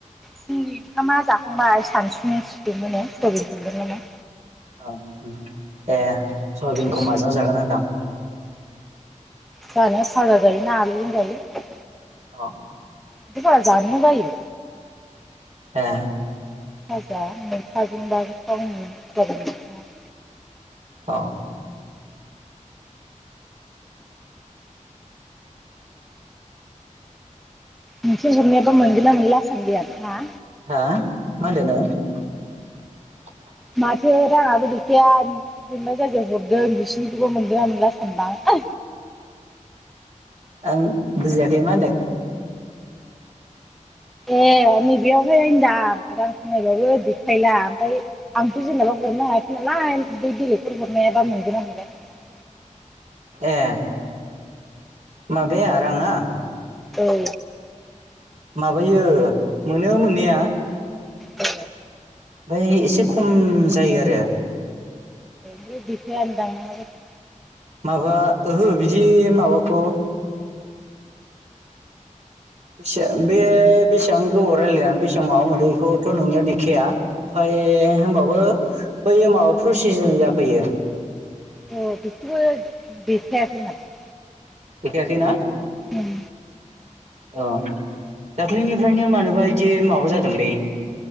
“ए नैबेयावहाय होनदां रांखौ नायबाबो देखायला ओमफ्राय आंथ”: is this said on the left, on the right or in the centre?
Centre